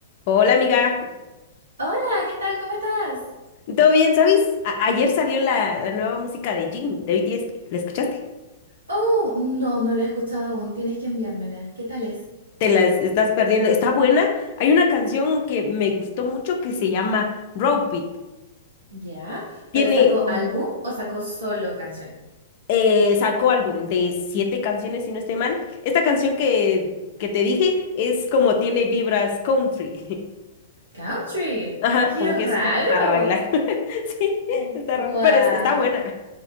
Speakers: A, on the left; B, on the right.
A: Hola amiga,
B: Hola, ¿qué tal? ¿Cómo estás?
A: ¿todo bien? ¿Sabes? A- ayer salió la, la nueva música de Jin, de BTS. ¿La escuchaste?
B: Oh, no, no la he escuchado aún. Tienes que enviármela. ¿Qué tal es?
A: Te las estás perdiendo. Está buena. Hay una canción que me gustó mucho que se llama Rope It.
B: Ya,
A: Tiene
B: pero ¿sacó
A: como,
B: álbum o sacó solo canción?
A: eh, sacó álbum de siete canciones, si no estoy mal. Esta canción que, que te dije es como tiene vibras country. <laughs>
B: Country.
A: Ajá,
B: ¡Qué
A: como
B: raro!
A: que es como para bailar. <laughs> Sí,
B: Oh.
A: está
B: Guau,
A: raro, pero es- está buena.